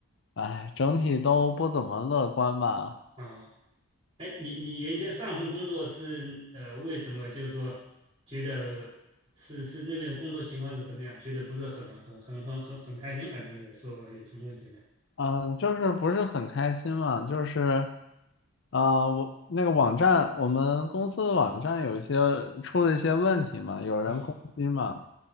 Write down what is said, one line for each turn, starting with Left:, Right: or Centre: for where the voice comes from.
Left: 哎，整体都不怎么乐观吧。
Right: 啊哎，你你原先上份工作是呃，为什么就是说觉得是是那边的工作情况是怎么样？觉得不是很很很很很很开心，还是说有什么问题呢？
Left: 嗯，就是不是很开心嘛，就是，啊、我那个网站，我们公司的网站有一些出了一些问题嘛，有人攻击嘛，
Right: 啊